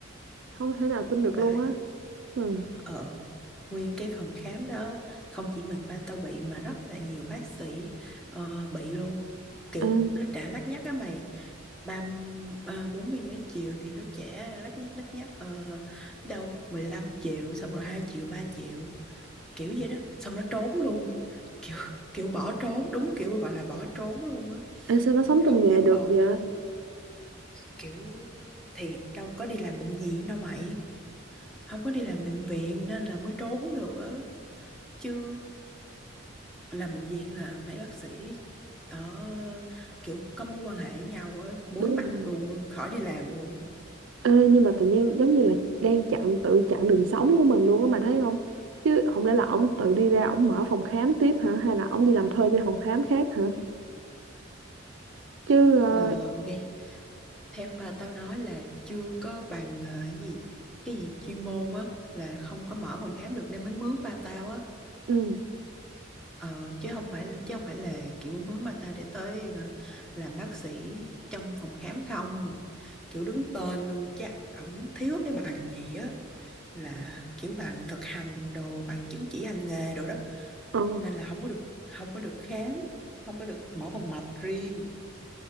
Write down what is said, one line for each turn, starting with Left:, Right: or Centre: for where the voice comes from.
Right: Không thể nào tin được
Centre: phải
Right: luôn á. Ừ.
Centre: ờ nguyên cái phòng khám đó không chỉ mình ba tao bị mà rất là nhiều bác sĩ ờ, bị luôn kiểu
Right: Ê,
Centre: nó đã lắt nhắt á mày ba à, bốn mươi mấy triệu thì nó trả lắt nhắt lắt nhắt ờ, đâu mười lăm triệu xong rồi hai triệu ba triệu kiểu vậy đó xong nó trốn luôn kiểu kiểu bỏ trốn đúng kiểu gọi là bỏ trốn luôn á
Right: ê, sao nó sống trong
Centre: không
Right: nghề
Centre: dám
Right: được
Centre: mò
Right: vậy?
Centre: kiểu thì đâu có đi làm bệnh viện đâu mày không có đi làm bệnh viện nên là mới trốn được á chứ làm bệnh viện là mấy bác sĩ ở kiểu có mối quan hệ với nhau á muối
Right: Đúng rồi.
Centre: mặt luôn khỏi đi làm luôn á.
Right: Ê, nhưng mà tự nhiên giống như là đang chặn tự chặn đường sống của mình luôn á mà thấy không chứ không lẽ là ổng tự đi ra ổng mở phòng khám tiếp hả hay là ổng đi làm thuê cho phòng khám khác hả chứ ờ,
Centre: Ờ, ghê theo ba tao nói là chưa có bằng ờ, cái gì cái gì chuyên môn á là không có mở phòng khám được nên mới mướn ba tao á
Right: ừ
Centre: Ờ, chứ không phải chứ không phải là kiểu mướn bà ta để tới ờ, làm bác sĩ trong phòng khám không kiểu đứng tên luôn chắc ổng thiếu cái bằng gì á là kiểu bằng thực hành đồ bằng chứng chỉ hành nghề đồ đó
Right: ờ
Centre: nên là không có được không có được khám không có được mở phòng mạch riêng